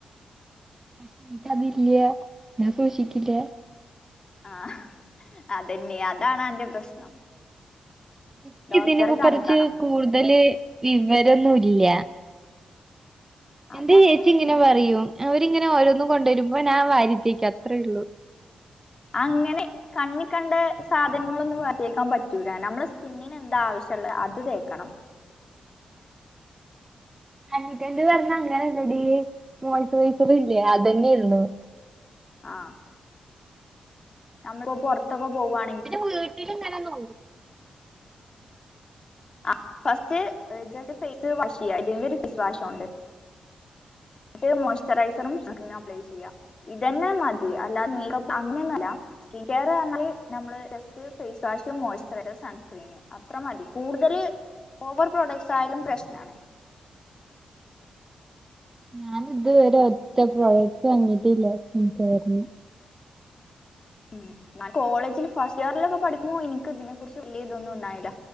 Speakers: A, on the right (about 20°); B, on the left (about 35°).
A: പക്ഷേ എനിക്ക് അതില്യാ ഞാൻ സൂക്ഷിക്കില്ല.
B: ആഹ് അതന്നെ അതാണ് അന്റെ പ്രശ്നം.
A: എനിക്ക്
B: ഡോക്ടറെ
A: ഇതിന് കു
B: കാണിക്കണം
A: പറിച്ച് കൂടുതല് വിവരൊന്നും ഇല്ല.
B: അതങ്ങനെ
A: എന്റെ ചേച്ചി ഇങ്ങനെ
B: വിവര
A: പറയും അവരിങ്ങനെ ഓരോന്ന് കൊണ്ടുവരുമ്പോ ഞാൻ വാരിത്തേക്കും അത്രേ എള്ളൂ.
B: അങ്ങനെ കണ്ണി കണ്ട സാധനങ്ങളൊന്നും വാരി തേയ്ക്കാൻ പറ്റൂല. നമ്മള സ്കിന്ന് എന്താ ആവശ്യള്ളെ അത് തേക്കണം.
A: കഞ്ഞിക്കണ്ട് പറഞ്ഞ അങ്ങെനെല്ലെടി മൊയ്‌സു അയ്സെർ ഇല്ലേ അതെന്നെയൊള്ളു.
B: ആഹ് ഞമ്മളിപ്പോ പൊർത്തൊക്കെ പോവാ
A: പിന്നെ വീട്ട്ലിങ്ങെനെ ന്നോ
B: അഹ് ഫസ്റ്റ് ജസ്റ്റ് ഫേസ് വാഷെയ്യ ഇതി ഒരു ഫേസ് വാഷോണ്ട്. ന്നട്ട് മോയ്സ്ചുറയ്സറും സൺസ്ക്രീനും അപ്ലൈ ചെയ്യാ. ഇതന്നെ മതി അല്ലാതെ മേക്കപ്പ് അങ്ങനൊന്നല്ല. സ്കിൻ കെയർ പർഞ്ഞാൽ നമ്മള് just face wash moisturiser sunscreen. അത്ര മതി കൂടുതെൽ ഓവർ പ്രൊഡക്ട്സ് ആയാലും പ്രശ്നാണ്.
A: ഞാനിത് വെരെ ഒറ്റ പ്രോഡക്ട്സ് വാങ്ങിട്ടില്ല സ്കിൻ കെയറിന്.
B: ഉം ന്നൽ കോളേജില് ഫസ്റ്റ് ഇയറിലൊക്കെ പഠിക്കുമ്പോൾ ഇൻക്ക് ഇതിന് കുർച്ച് വല്ല്യാ ഇതൊന്നും ഇണ്ടായില്ല